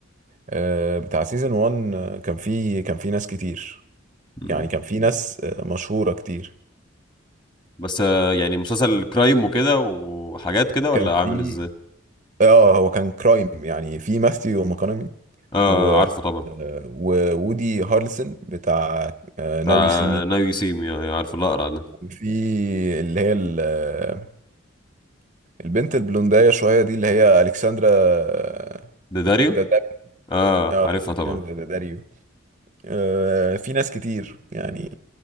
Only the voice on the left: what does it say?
مم.
بس آه، يعني مسلسل كرايم وكده وحاجات كده ولا
عامل ازاي؟
اه
عارفه طبعا
بتاع
ناو يو سي مي يعني عارف الأقرع ده
ده داريو؟
اه
عارفها
طبعا